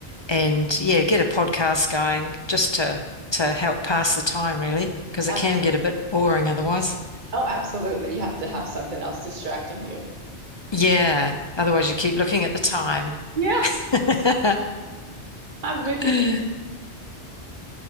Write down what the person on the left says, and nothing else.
and yeah, get a podcast going just to to help pass the time really, because
it can get a bit boring otherwise.
Yeah, otherwise you keep looking at the time.
<laughs>
<laughs>